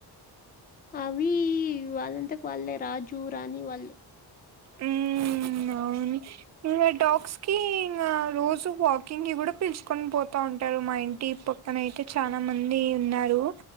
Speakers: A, on the left (about 25°); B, on the right (about 45°).
A: అవి వాళ్ళంతకు వాళ్ళే రాజు రాణి వాళ్ళు
B: ఉమ్ అవును ఇంగ డాగ్స్‌కి ఇంగ రోజు వాకింగ్‌కి కూడా పిలుచుకొని పోతా ఉంటారు మా ఇంటి ప పక్కనయితే చానా మంది ఉన్నారు